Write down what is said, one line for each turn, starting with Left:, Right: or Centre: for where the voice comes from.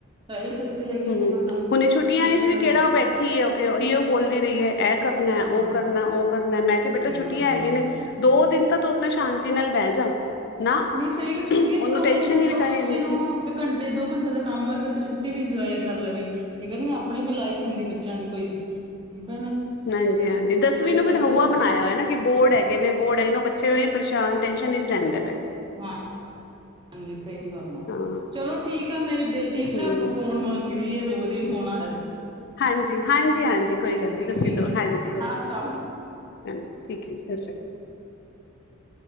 Right: ਰਹਿ ਹੀ ਸਕਦੇ ਹੈਗੇ
Left: ਹਮ
Right: ਅੱਜ ਕੱਲ ਤਾਂ।
Left: ਹੁਣ ਛੁਟੀਆਂ
Right: ਅਜੇ
Left: ਵਿੱਚ
Right: ਤਾਂ
Left: ਵੀ ਕਿਹੜਾ ਉਹ ਬੈਠੀ ਆ ਕਿ ਉਹੀਓ। ਬੋਲਦੀ ਰਹੀ ਹੈ ਇਹ ਕਰਨਾ ਉਹ
Right: ਹਾਂ
Left: ਕਰਨਾ ਉਹ ਕਰਨਾ ਮੈਂ ਕਿਹਾ
Right: ਸਹੀ
Left: ਬੇਟਾ ਛੁੱਟੀਆਂ
Right: ਗੱਲ ਆ।
Left: ਹੈਗੀਆਂ ਨੇ। ਦੋ ਦਿਨ ਤਾਂ ਤੂੰ ਆਪਣੇ ਸ਼ਾਂਤੀ ਨਾਲ ਬਹਿ ਜਾ। ਨਾ
Right: ਨਹੀਂ ਸਹੀ ਗ ਛੁੱਟੀਆਂ
Left: ਉਹਨੂੰ
Right: ਚ ਕੰਮ
Left: ਟੈਨਸ਼ਨ
Right: ਇੰਨਾ ਕੁ
Left: ਹੀ ਵਿਚਾਰੀ
Right: ਦੋ ਬੱਚੇ
Left: ਹੁੰਦੀ
Right: ਨੂੰ
Left: ਸੀ
Right: ਘੰਟੇ ਦੋ ਘੰਟੇ ਦਾ ਕੰਮ ਹੋਵੇ ਬੱਚਾ ਛੁੱਟੀ ਵੀ ਇੰਜੋਏ ਕਰ ਲਵੇ ਠੀਕ ਹੈ ਕਿ ਨਹੀਂ ਆਪਣੀ ਵੀ ਲਾਈਫ ਹੁੰਦੀ ਬੱਚਿਆਂ ਦੀ ਕੋਈ ਠੀਕ ਹੈ ਨਾ
Left: ਹਾਂਜੀ-ਹਾਂਜੀ, ਦਸਵੀਂ
Right: ਇਹ
Left: ਨੂੰ
Right: ਗ਼ਲਤ
Left: ਫਿਰ ਹੁਆ
Right: ਗੱਲ
Left: ਬਣਾਇਆ
Right: ਆ
Left: ਹੋਇਆ ਨਾ ਕਿ ਬੋਰਡ ਹੈਗੇ ਨੇ ਬੋਰਡ ਹੈਗੇ ਉਹ ਬੱਚੇ ਵੀ ਪਰੇਸ਼ਾਨ ਟੈਨਸ਼ਨ ਵਿਚ ਰਹਿੰਦੇ ਨੇ।
Right: ਹਾਂ ਹਾਂਜੀ ਸਹੀ ਗੱਲ ਆ,
Left: ਹਾਂ
Right: ਚਲੋ ਠੀਕ ਆ ਮੇਰੀ ਬੇਟੀ
Left: ਹੂੰ
Right: ਨਾ ਆਪਾਂ ਫੋਨ ਮੰਗਦੀ। ਬਈ ਏ ਰੋਜ਼ ਹੀ ਸੋਹਣਾ
Left: ਹਾਂਜੀ-ਹਾਂਜੀ-ਹਾਂਜੀ ਕੋਈ ਗੱਲ
Right: ਠੀਕ
Left: ਨੀ ਤੁਸੀਂ
Right: ਠੀਕ
Left: ਦਓ
Right: ਹੈ
Left: ਹਾਂਜੀ ਵਧੀਆ
Right: ਹਾਂ
Left: ਹਾਂਜੀ ਠੀਕ ਹੈ ਜੀ, ਸਤਿ ਸ਼੍ਰੀ ਅਕਾਲ।